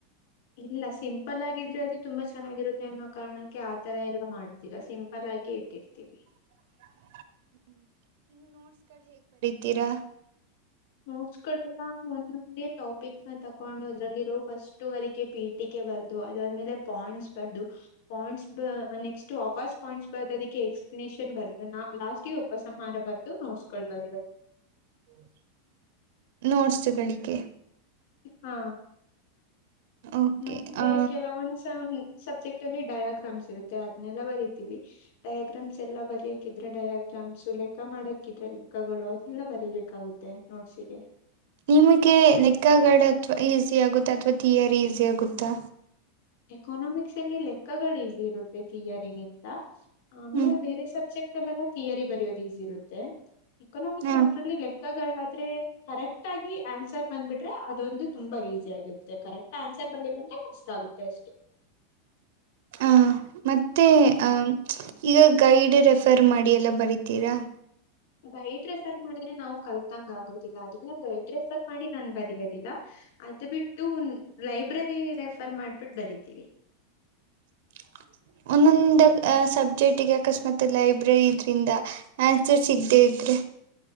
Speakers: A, on the left (about 60°); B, on the right (about 60°).
A: ಇಲ್ಲ ಸಿಂಪಲ್ ಆಗಿದ್ರೆ ಅದು ತುಂಬಾ ಚೆನ್ನಾಗಿರುತ್ತೆ ಅನ್ನೋ ಕಾರಣಕ್ಕೆ ಆತರ ಎಲ್ಲಾ ಮಾಡೋದಿಲ್ಲ. ಸಿಂಪಲ್ ಆಗ ಹಾಗೆ ಇಟ್ಟಿರ್ತೀವಿ.
B: <inaudible> ತಿರಾ,
A: ನೋಟ್ಸ್ ಗಳೆಲ್ಲ ಒಂದೊಂದೇ ಟಾಪಿಕ್ ನ ತಕೊಂಡು ಅದ್ರಲ್ಲಿರೋ ಫಸ್ಟ್ ಅದಕ್ಕೆ ಪೀಟಿಕೆ, ಅದಾದ್ಮೇಲೆ ಪಾಯಿಂಟ್ಸ್ ಬರ್ದು. ಪಾಯಿಂಟ್ಸ್ ನೆಕ್ಸ್ಟ್ ವಾಪಸ್ ಪಾಯಿಂಟ್ಸ್ ಬರ್ ಅದಕ್ಕೆ ನೇಷನ್ ಬರ್ದು ಲಾಸ್ಟ್ ಉಪಸಂಹಾರ ಬರ್ದು ನೋಡ್ಸ್ಕೊಳ್ ಬರಿಯದು.
B: ಹ್ಮ. ನೋಟ್ಸ್ಗಳಿಗೆ.
A: ಹಾ
B: ಓಕೆ
A: ಮತ್ತೆ
B: ಆ
A: ಕೆಲವೊಂದಸ ಸಬ್ಜೆಕ್ಟ್ ಅಲ್ಲಿ ಡಯಾಗ್ರಾಮ್ಸ್ ಇರುತ್ತೆ ಅದ್ನೆಲ್ಲ ಬರಿತೀವಿ. ಡಯಾಗ್ರಾಮ್ಸ್ ಎಲ್ಲ ಬರಿಯಾಕಿದ್ರೆ ಡಯಾ ಶಾಮ್ಸು ಲೆಕ್ಕ ಮಾಡಕ್ಕಿದ್ರೆ ಲೆಕ್ಕಗಳು ಅದೆಲ್ಲ ಬರಿಬೇಕಾಗುತ್ತೆ ನೋಟ್ಸ್ಗೆ.
B: ನಿಮಗೆ ಲೆಕ್ಕಾಗಾಡ ಅಥವಾ ಈಸಿ ಆಗುತ್ತಾ, ಅಥವಾ ಥಿಯರಿ ಈಸಿ ಆಗುತ್ತಾ.
A: ಎಕನಾಮಿಕ್ಸ್ ಅಲ್ಲಿ ಲೆಕ್ಕಗಳು ಈಸಿ ಇರುತ್ತೆ. ಥಿಯರಿಗಿಂತ, ಆಮೇಲೆ
B: ಹ್ಮ್
A: ಬೇರೆ ಸಬ್ಜೆಕ್ಟ್ ಅಲ್ಲೆಲ್ಲ ಥಿಯರಿ ಬರಯೋದು ಈಸಿ ಇರುತ್ತೆ. ಎಕನಾಮಿಕ್ಸ್
B: ಹಾ
A: ಅಂದ್ರಲ್ಲಿ, ಲೆಕ್ಕಗಳಾದ್ರೆ ಕರೆಕ್ಟ್ ಆಗಿ ಆನ್ಸರ್ ಬಂದ್ಬಿಟ್ರೆ ಅದೊಂದು ತುಂಬಾ ಈ ಸಿ ಆಗಿರುತ್ತೆ ಕರೆಕ್ಟ್ ಆನ್ಸರ್ ಬರ್ರಂದ್ರ ಕಷ್ಟ ಆಗುತ್ತೆ ಅಷ್ಟೇ.
B: ಹ ಮತ್ತೆ ಆ, ಈಗ ಗೈಡ್ ರೆಫರ್ ಮಾಡಿ ಎಲ್ಲ ಬರಿತೀರಾ.
A: ಗೈಡ ರೆಫರ್ ಮಾಡ ದ್ರೆ ನಾವು ಕಲ್ತಾಂಗ ಆಗೋದಿಲ್ಲ. ಆದ್ರೆ ನಾವು ಗೈಡ್ ರೆಫರ್ ಮಾಡಿ ನಾನ್ ಬರೆಯೋದಿಲ್ಲ. ಅದು ಬಿಟ್ಟು, ಲೈಬ್ರರಿ ರೆಫರ್ ಮಾಡ್ಬಿಟ್ಟು ಬರಿತೀವಿ.
B: <inaudible> ಒಂದೊಂದ ಸಬ್ಜೆಕ್ಟ್ಗೆ ಅಕಸ್ಮಾತ್ ಲೈಬ್ರರಿ ಇದ್ರಿಂದ ಆನ್ಸರ್ ಸಿಗದೆೇ ದ್ರೆ,